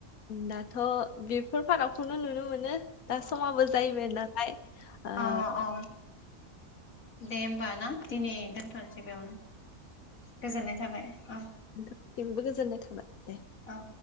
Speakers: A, on the left; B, on the left.
A: दाथ बेफोर फारागखौनो नुनो मोनो। दा
B: औ
A: समाबो जायैबाय नालाय ओ
B: औ औ दे होमबा ना दिनै दोनथनोसै बेयावनो गोजोननाय थाबाय औ
A: नोंथांसिमबो गोजोननाय थाबाय दे।
B: औ